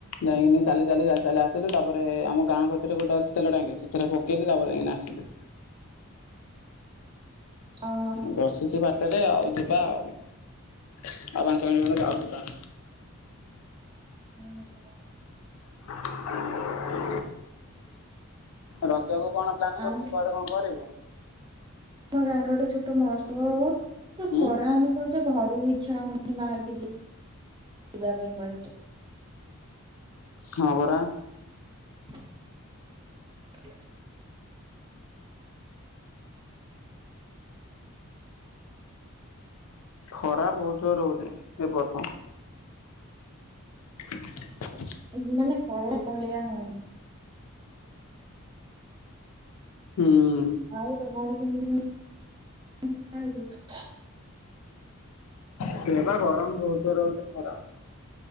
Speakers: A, on the left; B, on the right.
A: ଯାଇକିନି ଚାଲି ଚାଲି ଚା ଚାଲି ଆସିଲି ତାପରେ ଆମ ଗାଁ କତିରେ ଗୋଟେ ଅଛି ତେଲ ଟାଙ୍କି ସେଥିରେ ପକେଇଲି ତାପରେ ଯାଇକିନା ଆସିଲି।
B: ଅହଃ।
A: ବସିଛି ବାଟରେ ଆଉ ଯିବା ଆଉ, ଆଉ ପାଞ୍ଚ ମିନିଟଖଣ୍ଡେ ଯାଉ ଯିବା।
B: <unintelligible>
A: <inaudible> ରଜ କୁ କଣ ପ୍ଲାନ୍
B: ଆଉ ଆମ
A: କରୁଚୁ କୁଆଡେ କଣ କରିବୁ?
B: ଆମ ଗାଁରେ ଗୋଟେ ଛୋଟ ମହୋତ୍ସବ ହଉ, ତ ଖରା
A: ଉଁ
B: ଆମ ହଉଯେ ଘରୁ ଇଚ୍ଛା ହଉନି ବାହାରିକି ଯିବା ପାଇଁ କୁଆଡେ।
A: ହଁ ପରା।
B: <unintelligible>
A: ଖରା ବହୁତ ଜୋରେ ହଉଚି ଏ ବର୍ଷ। <inaudible>
B: ଏବେମାନେ ଖରା ହେଲା ଭଳିଆ ହଉନି।
A: ହୁଁ।
B: ଆଉ ତମ ଆଡେ କେମିତି <unintelligible> ହଉ ଛି?
A: ସେଇଆ ବା ଗରମ ବହୁତ ଜୋରେ ହଉଛି ଖରା।